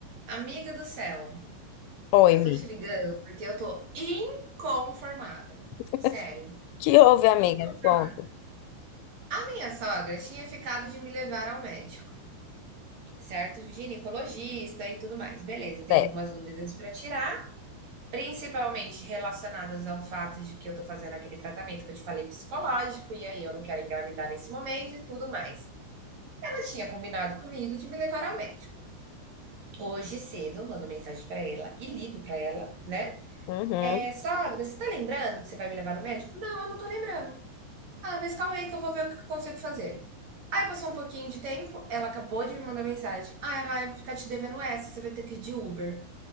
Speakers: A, on the right; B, on the left.
A: Amiga do céu,
B: Oi,
A: eu
B: amiga.
A: tô te ligando porque eu tô inconformada.
B: <laughs>
A: Sério,
B: Que houve, amiga?
A: inconformada.
B: Me conta.
A: A minha sogra tinha ficado de me levar ao médico, certo? Ginecologista e tudo mais. Beleza, tenho
B: É.
A: algumas dúvidas pra tirar, principalmente relacionadas ao fato de que eu tô fazendo aquele tratamento que eu te falei psicológico e aí eu não quero engravidar nesse momento e tudo mais. Ela tinha combinado comigo de me levar ao médico. Hoje cedo, eu mando mensagem pra ela e ligo pra ela, né?
B: Uhum.
A: É, sogra, você tá lembrando que você vai me levar no médico? Não, eu não tô lembrando. Ah, mas calma aí que eu vou ver o que eu consigo fazer. Aí passou um pouquinho de tempo, ela acabou de me mandar mensagem. Ah, Rai, eu vou ficar te devendo essa, você vai ter que ir de Uber.